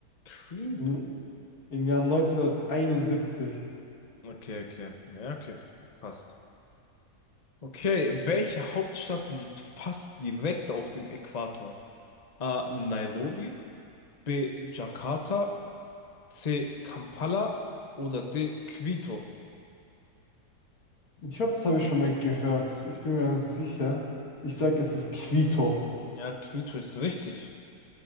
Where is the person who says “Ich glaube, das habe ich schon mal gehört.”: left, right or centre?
Left